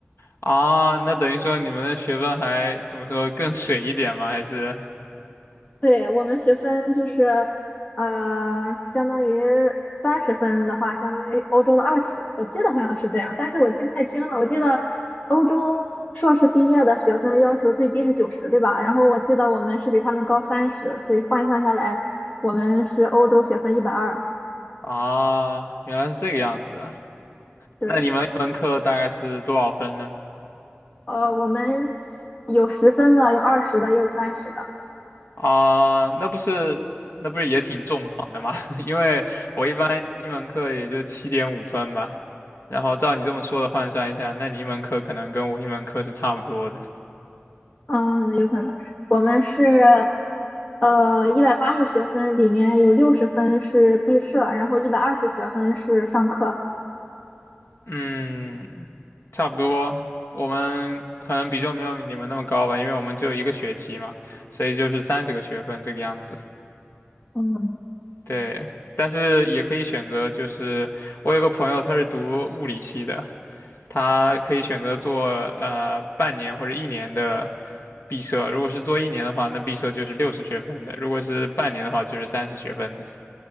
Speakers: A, on the left; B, on the left.
A: 啊，那等于说你们的学分还怎么说更水一点吗？还是
B: 对，我们学分就是，呃，相当于三十分的话，相当于欧洲的二十，我记得好像是这样，但是我记不太清了，我记得欧洲硕士毕业的学分要求最低是九十，对吧？然后我记得我们是比他们高三十，所以换算下来，我们是欧洲学分一百二，
A: 啊，原来是这个样子啊。
B: 对。
A: 那你们一门课大概是多少分呢？
B: 呃，我们有十分的，有二十的，也有三十的。
A: 啊，那不是那不是也挺重磅的吗？<laughs> 因为我一般一门课也就七点五分吧，然后照你这么说的换算一下，那你一门课可能跟我一门课是差不多的。
B: 嗯，那有可能我们是呃一百八十学分，里面有六十分是毕设，然后一百二十学分是上课。
A: 嗯，差不多。我们可能比重没有你们那么高吧，因为我们只有一个学期嘛，所以就是三十个学分这个样子。
B: 嗯，
A: 对，但是也可以选择，就是我有个朋友他是读物理系的，他可以选择做呃半年或者一年的。毕设，如果是做一年的话，那毕设就是六十学分的；如果是半年的话，就是三十学分的。